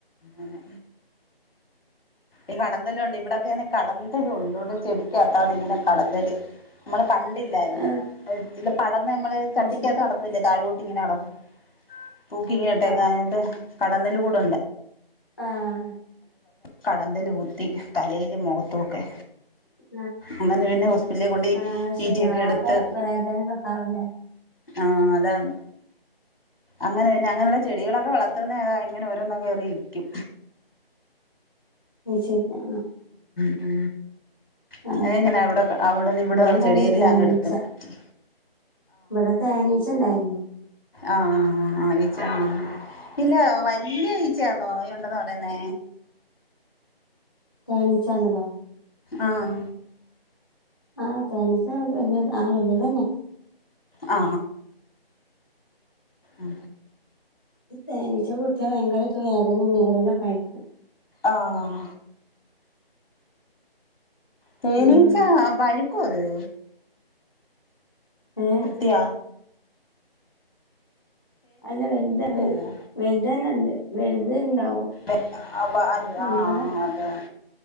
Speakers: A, on the left (about 65°); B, on the left (about 20°).
A: അങ്ങ ഈ കടന്തലും ഉണ്ട് ഇവിടെൊക്കെന്നെ കടംന്തലും ഉണ്ട് അതോട് ചെടിക്കകത്താണ് ഇങ്ങനെ കടന്നൽ നമ്മള കണ്ടില്ലായിരുന്നു
B: ആ
A: ചില പടന്ന് നമ്മള് ചട്ടിക്കകത്ത്
B: അത് ശരി
A: നടത്തുന്നില്ല താഴട്ട ഇങ്ങനെ അടക്കും തൂക്കി ഇങ്ങനെ ഇട്ടക്ക
B: ആ
A: അിട്ട് കടന്നല് കൂടെണ്ട്
B: ആഹ
A: കടന്തൽ കുത്തി തലൽ മുഖത്തൊക്കെ
B: <inaudible>
A: അങ്ങനെ പിന്നെ ഹോസ്പിറ്റലെ കൊണ്ട്
B: ആ
A: റ്റിറ്റിഒക്കെ
B: ശരി ആകെ
A: എടുത്ത്
B: വേദന ഇതൊക്കാവൂലേ
A: ആഹ അതന് അങ്ങനെ പിന്നെ അങ്ങനെയുള്ള ചെടികളൊക്കെ വളർത്തുന്ന ഏതാ ഇങ്ങനെ ഓരോന്ന കേറി ഇരിക്കും
B: നിച്ചി ആ
A: ഉ
B: ആ
A: അങ്ങനെ ഇങ്ങനെ എവിടെ അവിടെന്ന് ഇവിടന്നുള്ള
B: ഇബടെണ്ടായിരുന്നു
A: ചെടിയെല്ലാം
B: തേനീച്ച
A: അങ്ങ് എടുത്ത് മാറ്റി
B: ഇവിടെ തേനീച്ച ഉണ്ടായിരുന്നു
A: ആഹ ആ ആ ആ ഈച്ച ആ ഇല്ല വല്യ ഈച്ചയാന്നോ ഉണ്ടന്ന് പറയുന്നേ
B: തേനീച്ച ല്ലദോ
A: ആഹ
B: ആഹ തനസ ആ വല്ലേ തന്നെ
A: ആ ഉ
B: തെനിച്ച കുതിയ ഭയങ്കര വേദന നേരിലൊക്കെ ആയിരിക്കും
A: ആഹ തേനീച്ച
B: ഉം
A: വഴ കൊതു
B: ഏഹ്
A: കുതിയ
B: അല്ല വലുത
A: പഴുക്കുവോ
B: വലുതന്ന ഉണ്ട് വലുത് ഉണ്ടാവും
A: അ അ
B: ഞങ്ങളുടെ
A: ആഹ് അതെ.